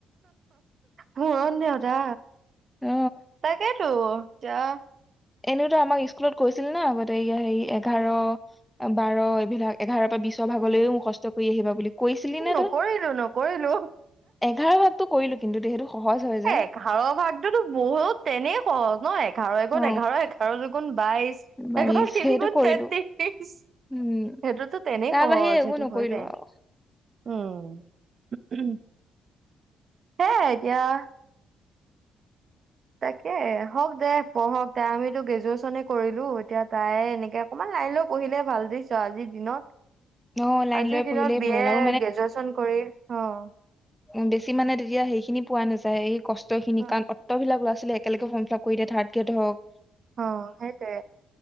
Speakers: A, on the right; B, in the centre.
A: পূৰণ নেওঁতা
B: অ
A: তাকেইেতো যা।
B: এনেওতো আমাক স্কুলত কৈছিল ন আগতে হেৰি এঘাৰ বাৰ এইবিলাক এঘাৰ বা বিশছৰ ভালকৈ
A: উম
B: মুখষ্ট কৰি আহিবা বুলি কৈছিলি নে
A: নকৰিলো
B: তই
A: নকৰিলো
B: এঘাৰ ভাগতো কৰিলো। কিন্তু দেই সেইটো সহজ হয় যে
A: এ এঘাৰৰ ভাগটোতো বহুত তেনেই সহজ ন এঘাৰ এ
B: অ
A: গুণ এঘাৰ এঘাৰ দু গুণ বাইশ
B: বাইশ
A: এঘাৰ তিনি
B: সেইটো
A: গুণ
B: কৰিলো
A: তেত্ৰিশ সেইটোতো
B: উম
A: তেনেই
B: তাৰ
A: সহজ
B: বাহিৰে একো
A: সেইটো
B: নকৰিলো
A: হৈ যায়
B: আৰু
A: উম। উম। সেইয়াই এতিয়া -- তাকে হওক দে পঢ়ক আমিতো গ্ৰেজুৱেচনে কৰিলো এতিয়া তাই এনেকে অকণমান লাইন লৈ পঢ়িলে ভাল। বুইছ আজিৰ দিনত।
B: ন লাইন
A: আজিৰ
B: লৈ পঢ়িলেই
A: দিনত বি
B: ভাল
A: এ,
B: আৰু
A: গ্ৰেজুৱেচন কৰি। অহ।
B: উম বেছি মানে তেতিয়া সেইখিনি পোৱা নাযায়। এই কষ্ট খিনি,
A: উম
B: কাৰণ অত্তবিলাক ল'ৰা- ছোৱালী কাইলকে ফৰ্ম ফিলাপ কৰি দে থাৰ্ড গ্ৰেড হক।
A: অ' সেইটোৱে।